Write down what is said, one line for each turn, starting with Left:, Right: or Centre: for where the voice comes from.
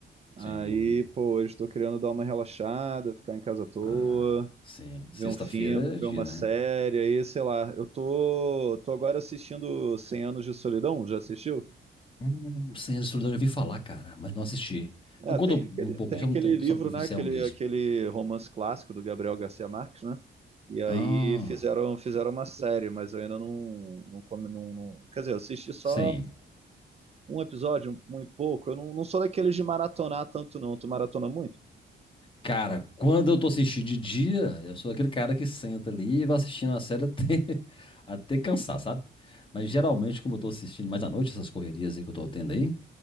Right: Aí,
Left: Sim.
Right: pô, hoje tô querendo dar uma relaxada, ficar em casa à toa,
Left: Ah, sim.
Right: ver
Left: Sexta-feira
Right: um filme,
Left: é dia,
Right: ver uma
Left: né?
Right: série, aí, sei lá. Eu tô, tô agora assistindo Cem Anos de Solidão, já assistiu?
Left: Hum, Senhor de Solidão, eu ouvi falar, cara, mas não assisti.
Right: É,
Left: Mas conta
Right: tem
Left: um
Right: aquele,
Left: pouco,
Right: tem
Left: só,
Right: aquele
Left: um tanto,
Right: livro,
Left: só pro oficial
Right: né? Aquele,
Left: mesmo.
Right: aquele romance clássico do Gabriel Garcia Marques, né? E aí
Left: Ah,
Right: fizeram, fizeram uma série, mas eu ainda não, não, come- não, não- Quer dizer, eu assisti só
Left: sim.
Right: um episódio, um, um e pouco. Eu não, não sou daqueles de maratonar tanto, não. Tu maratona muito?
Left: Cara, quando eu tô assistindo de dia, eu sou aquele cara que senta ali e vai assistindo a série até, <laughs> até cansar, sabe? Mas geralmente, como eu tô assistindo mais à noite, essas correrias aí que eu tô tendo aí.